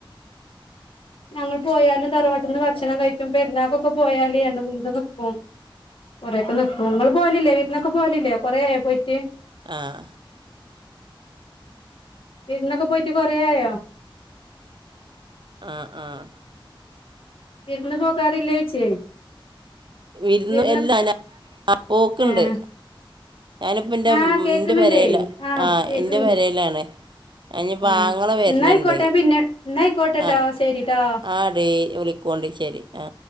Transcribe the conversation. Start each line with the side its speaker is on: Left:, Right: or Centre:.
Left: ഞങ്ങൾ പോയാലും തറവാട്ടിൽന്ന് ഭക്ഷണം കഴിച്ചും പെരുന്നാാക്കൊക്കെ പോയാലും രണ്ട് മുന്നസ നിൽക്കും കൊറെ ഒക്കെ നക്ക നിങ്ങള്ൾ പോലില്ലേ വീരിനൊക്കെ പോലില്ലേ കൊറ ആയ പോയിട്ട്
Right: ആഹ്
Left: വീരുനോക പോയിട്ട് കൊറായോ
Right: ആഹ ആഹ
Left: വിരുന്നു പോകാറില്ലേച്ചേ
Right: വിരുന്നു
Left: വിരുന്ന്
Right: എല്ലാം ഞാ <unintelligible> ആ പോക്കണ്ട്
Left: ഏഹ്
Right: ഞാനിപ്പ എറെ
Left: ആഹ് കേക്കണണ്ടേ
Right: എന്റെ പേരൽ
Left: ആഹ്
Right: ആ്
Left: കേക്കണ്ട്
Right: എന്റെ പേരയിലാണേ ഇന്നിപ്പ
Left: ആഹ്
Right: ആങ്ങള വരുന്നുണ്ട്
Left: എന്നായിക്കോട്ടെ പിന്നെ എന്നായിക്കോട്ടെട്ടോ
Right: ആ
Left: ശരിട്ടോ
Right: ആടി പോണ്ടിശ്ശേരി ആ